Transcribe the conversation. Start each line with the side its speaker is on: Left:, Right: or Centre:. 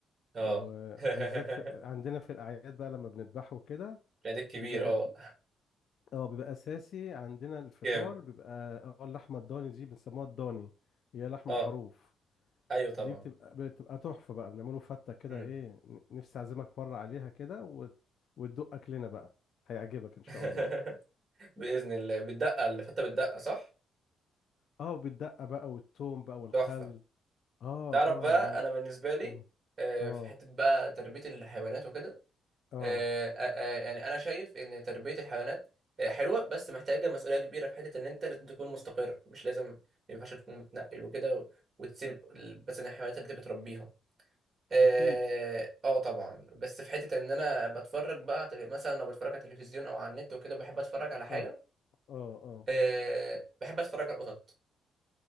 Right: اه
Left: وبالذات
Right: <laughs>
Left: في... عندنا في الاعياد بقى لما بنذبحه وكده
Right: العيد الكبير
Left: بيبقى
Right: اه
Left: اه بيبقى اساسي عندنا الفطار
Right: جامد
Left: بيبقى اه اللحمة الضاني دي بنسموها الضاني هي لحم
Right: اه
Left: الخروف
Right: ايوه طبعا
Left: دي بتبقى بتبقى تحفة بقى بنعمله فتة كده
Right: مم.
Left: ايه ن- نفسي اعزمك مرة عليها كده وت... وتدوق اكلنا بقى هيعجبك ان شاء
Right: <laughs>
Left: الله
Right: باذن الله بتدقق اللي فته بتدقق صح
Left: اه بالدقة بقى والثوم بقى والخل
Right: تحفه
Left: اه
Right: تعرف
Left: اه
Right: بقى
Left: و
Right: انا بالنسبه لي
Left: اه
Right: آه،
Left: اه
Right: في حته بقى تربيه الحيوانات وكده
Left: آه،
Right: آه، آه، آه، يعني انا شايف ان تربيه الحيوانات آه، حلوه بس محتاجه مسؤوليه كبيره في حته ان انت لازم تكون مستقر مش لازم ما ينفعش تكون متنقل وكده و- وتسيب ال- مثلا الحيوانات اللي انت بتربيها اه
Left: اكيد
Right: آه طبعا بس في حته ان انا بتفرج بقى على تلف- مثلا لو بتفرج على التلفزيون او على النت وكده بحب اتفرج على حاجه
Left: اه اه اه
Right: أه بحب اتفرج على القطط